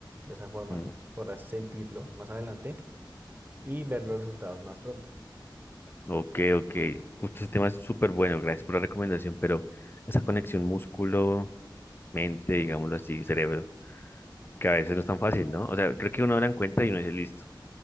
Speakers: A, on the right; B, on the left.
A: De esa forma
B: ujú.
A: podrás sentirlo más adelante y ver los resultados más pronto.
B: Ok, ok. Justo ese tema es súper bueno. Gracias por la recomendación, pero esa conexión músculo-mente, digámoslo así, cerebro, que a veces no es tan fácil, ¿no? O sea, creo que uno la encuentra y uno dice listo,